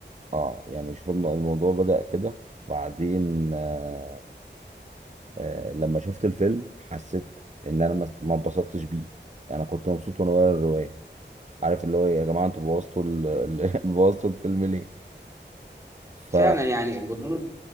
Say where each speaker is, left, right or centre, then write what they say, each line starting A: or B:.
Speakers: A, on the right; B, on the right.
A: اه يعني شوف الم- الموضوع بدأ كده وبعدين آه آه لما شفت الفيلم حسيت ان انا ما ما اتبسطتش بيه يعني انا كنت مبسوط وانا بقرا الرواية عارف اللي هو إيه، يا جماعة انتوا بوظتوا ال- ال- <laughs> بوظتوا الفيلم ليه ف
B: فعلا يعني بدون